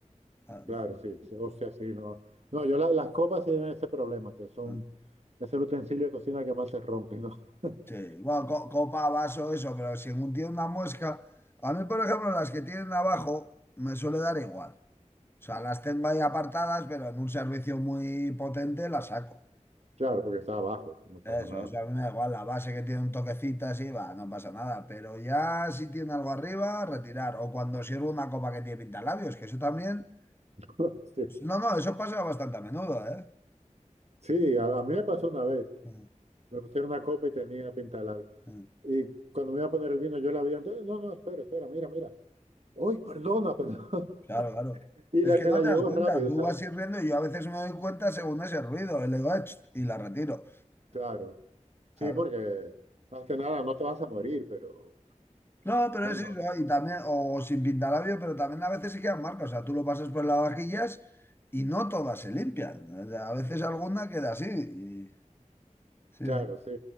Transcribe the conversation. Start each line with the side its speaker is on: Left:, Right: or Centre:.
Left: ah,
Right: Claro,
Left: no.
Right: sí, sí, o sea, sí, no. No, yo la- las copas sí tienen ese problema, que son,
Left: no,
Right: es el utensilio de cocina que más se rompe, ¿no? <laughs>
Left: Sí, bueno, co- copa, vaso, eso, pero si tiene una muesca, a mí, por ejemplo, las que tienen abajo me suele dar igual. O sea, las tengo ahí apartadas, pero en un servicio muy potente las saco.
Right: Claro, porque está abajo, eso no pasa
Left: Eso,
Right: nada.
Left: eso a mí me da igual, la base que tiene un toquecito así, va, no pasa nada. Pero ya si tiene algo arriba, retirar. O cuando sirvo una copa que tiene pintalabios, que eso también...
Right: <laughs> Sí, sí.
Left: No, no, eso pasa bastante a menudo, ¿eh?
Right: Sí, a, a mí me pasó una vez,
Left: Mm,
Right: me pusieron una copa y tenía pinta de labio.
Left: mm,
Right: Y cuando me iba a poner el vino, yo la vi antes, no, no, espera, espera, mira, mira. Uy, perdona, perdón.
Left: Claro,
Right: <laughs>
Left: claro.
Right: Y
Left: Es
Right: la,
Left: que
Right: se
Left: no
Right: la
Left: te
Right: llevó
Left: das cuenta,
Right: rápido,
Left: tú
Right: ¿sabes?
Left: vas sirviendo y yo a veces me doy cuenta según ese ruido, y le digo, "Ach", y la retiro.
Right: Claro.
Left: Claro.
Right: Sí, porque más que nada no te vas a morir, pero
Left: No, pero
Right: bueno,
Left: es eso, y también, o sin pintalabio, pero también a veces se quedan marcas. O sea, tú lo pasas por las vajillas y no todas se limpian. O sea, a veces alguna queda así. y- Sí,
Right: claro,
Left: sí,
Right: sí.